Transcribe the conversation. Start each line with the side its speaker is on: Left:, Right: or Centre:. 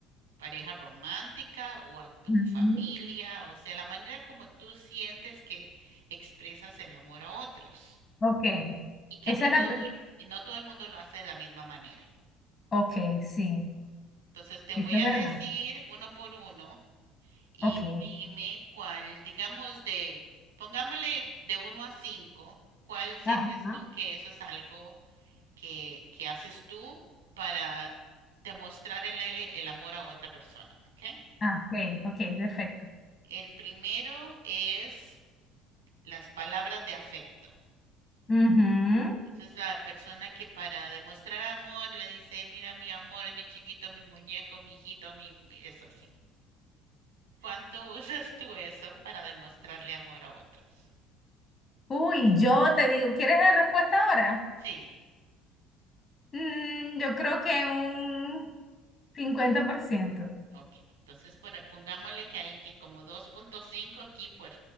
Right: pareja romántica o a tu
Left: Ujú.
Right: familia, o sea, la manera como tú sientes que expresas el amor a otros
Left: Ok.
Right: y que
Left: Esa
Right: no
Left: es
Right: todo
Left: la pregunta.
Right: el, y no todo el mundo lo hace de la misma manera.
Left: Ok, sí.
Right: Entonces te
Left: Eso
Right: voy
Left: es
Right: a
Left: verdad.
Right: decir uno por uno y
Left: Ok.
Right: dime cuál, digamos de, pongámosle de uno a cinco, cuál sientes
Left: Ajá.
Right: tú que eso es algo que, que haces tú para demostrar el, el el amor a otra persona, ¿ok?
Left: Ah, ok, ok, perfecto.
Right: El primero es las palabras de afecto.
Left: Ujú.
Right: Esa es la persona que para demostrar amor le dice, mira mi amor, mi chiquito, mi muñeco, mi hijito, mi... eso así. ¿Cuánto usas tú eso para demostrarle amor a otros?
Left: Uy, yo te digo, ¿quieres la respuesta ahora?
Right: Sí,
Left: Mm, yo creo que un 50%.
Right: ok. Entonces por, pongámosle que hay que como dos punto cinco aquí por...